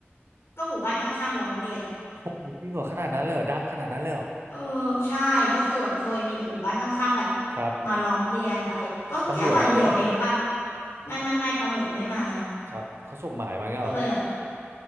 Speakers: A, on the left; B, on the right.
A: ก็หมู่บ้านข้างๆร้องเรียนอะ
B: โอ้โหจริงเหรอขนาดนั้นเลยเหรอดังขนาดนั้นเลยเหรอ
A: เออใช่ก็คือแบบเคยมีแบบหมู่บ้านข้างๆแบบ
B: ครับ
A: มาร้องเรียนอะไรเงี้ยก็แค่วันเดียวเองป่ะ
B: ตำรวจมาเลยปะ
A: ไม่ไม่ไม่ตำรวจไม่มา
B: ครับเขาส่งหมายมาเงี้ยเหรอ
A: ก็เลยแบบ